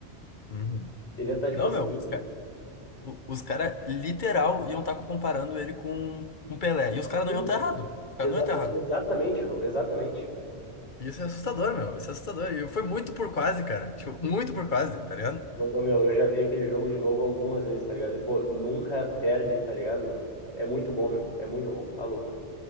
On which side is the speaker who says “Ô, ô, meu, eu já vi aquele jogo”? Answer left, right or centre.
Left